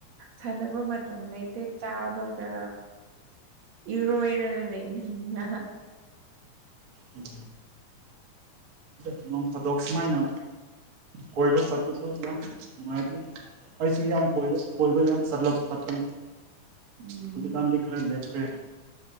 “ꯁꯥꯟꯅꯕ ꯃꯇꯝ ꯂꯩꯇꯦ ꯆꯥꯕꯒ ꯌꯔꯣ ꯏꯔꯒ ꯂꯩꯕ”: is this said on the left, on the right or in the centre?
Right